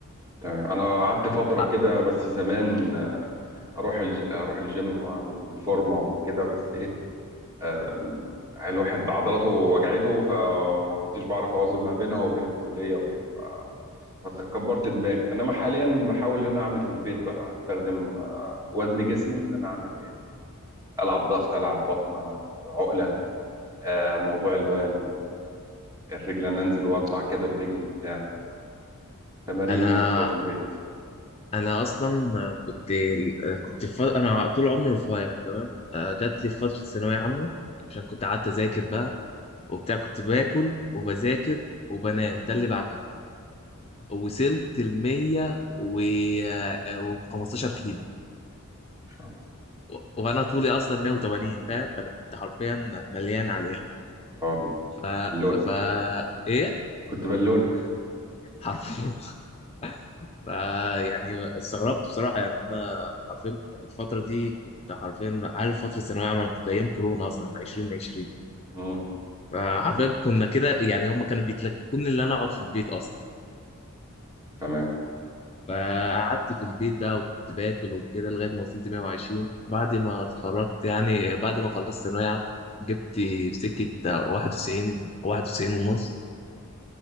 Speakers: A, on the right; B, on the left.
A: تمام أنا قعدت فترة
B: ف-
A: كده بس زمان آه، أروح الج... أروح الجيم وأعمل فورمة وكده بس إيه آم، الواحد عضلاته وجعته فما كنتش بعرف أوازن ما بينها وبين الكلية وكده فكبرت دماغي انما حاليا بحاول ان انا اعمل في البيت بقى استخدم آه، وزن جسمي ان انا اعمل ايه العب ضغط العب بطن العب عقله آه، موضوع اللي هو ال- الرجل انا انزل واطلع كده برجلي بتاع تمارين
B: انا
A: يعني كده في البيت
B: انا اصلا كنت كنت ف... انا طول عمري رفيع تمام آه، جات لي في فتره ثانويه عامه عشان كنت قعدت اذاكر بقى وبتاع كنت باكل وبذاكر وبنام ده اللي بعمله وصلت ال 100 و و 15 كيلو
A: ان شاء الله
B: و- وانا طولي اصلا 180 فاهم فانا كنت حرفيا مليان على الاخر
A: اه
B: ف
A: بالونه
B: ف ايه
A: كنت بالونه
B: حرفيا <laughs> ف يعني استغربت بصراحه يعني انا حرفيا الفتره دي كنت حرفيا عارف فتره ثانويه عامه أنا كنت ايام كورونا اصلا 2020
A: امم
B: فحرفيا
A: <laughs> تمام
B: كنا كده يعني هم كانوا بيتلككوني ان انا اقعد في البيت اصلا
A: تمام
B: فقعدت في البيت بقى وكنت باكل وكده لغايه ما وصلت 120 بعد ما اتخرجت يعني بعد ما خلصت ثانويه عامه جبت في سكه 91 91 ونص